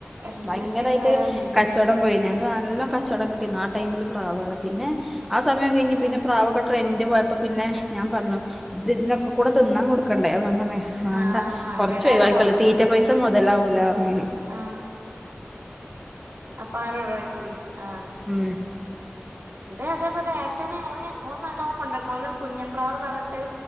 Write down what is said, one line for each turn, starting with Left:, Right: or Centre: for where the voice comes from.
Right: എല്ലാത്തിനും
Centre: ഭയങ്കരായിട്ട്
Right: വെല ഇണ്ടേനി
Centre: കച്ചോടം പോയി ഞങ്ങക്ക് നല്ലോ കച്ചോടം കിട്ടി നാട്ട ടൈമില് പ്രാവാള് പിന്നെ ആ സമയം കഴിഞ്ഞ്
Right: ആഹ്
Centre: പിന്നെ പ്രാവൊക്കെ ട്രെൻഡ് പോയപ്പോ പിന്നെ ഞാ പറഞ്ഞു ഇതിനെയൊക്കെ കൂടെ തിന്നാൻ കൊടുക്കണ്ടേ? ന്ന് വേണ്ട
Right: ആഹ് അതിനെന്നാണ്
Centre: കുറച്ച് ഒഴിവാക്കി ക്കാളി തീറ്റ പൈസ മുതലാവൂലറ്ഞ്ഞേന്
Right: ആ അ പഅങ്ങനെ ഒഴിവാക്കി ആ
Centre: ഉം
Right: ഇതെ അതേപോലെ ഏട്ടനെ ഓന ഓെ നല്ല ഓൻ കൊണ്ടക്കും. ഓനരു കുഞ്ഞം പ്രാവ് പറഞ്ഞിട്ട്.